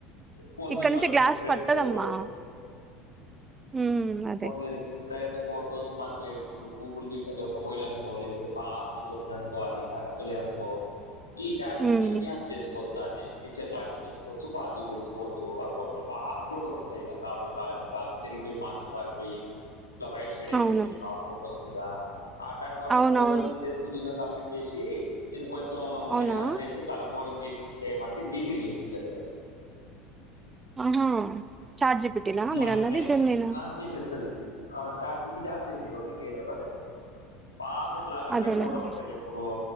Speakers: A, on the left; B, on the right.
A: కొన్ని
B: ఇక్కడ నుంచి
A: మనకి
B: గ్లాస్
A: రిఫరెన్స్
B: పట్టదమ్మా
A: ఫోటో
B: ఉమ్ అదే
A: పోనీ ఫ్రెండ్స్ ఫోటోస్ మనకి ఇప్పుడు గూగుల్ చేసినా దొరకపోయాడు అనుకో లేకపోతే పాతతే దొరికిననుకో అది కరెక్ట్గా లేదునుకో కో ఈ చార్జీ పెట్టి
B: ఉమ్
A: ఎమిీయాస్ పిచ్చా క్లారిటీ పెంచుకోవచ్చు పాలిటి పెంచుకోవచ్చు అట్ పాత ఫోటోలు ఉంటాయి కద తాతల కాలం మీ బాగా చ బారిపోయి ఇట్లా వైట్ షైడ్ అయిపోతుంది
B: అవును
A: చూసినా ఆ ఫొటోస్ మీద అలాంటి వాటి
B: అవునవును
A: ఫోటో తీసేసుకుని నిళ్లో సబ్మిట్ చేసి దీన్ని కొంచెం
B: అవునా
A: ఎన్హాన్స్ చేసి కలర్ బోర్డింగ్ చేసి ఇచ్చేయమంటే నీట్గా చేసి ఇచ్చేస్తుంది
B: ఆహా చార్జీ పెట్టినా
A: మావి
B: మీరు అన్నది
A: ఉన్నాయి
B: జన్మ
A: ఆ చేసేస్తుది ఆ చాటి బిటార్ జెమినిఏఐ రెండింటిలో ఏదని పదది పాతే బ్లాక్ అండ్
B: అదేలేండి
A: వైట్ ఫోటోలు ఉంటాయి ఇప్పుడు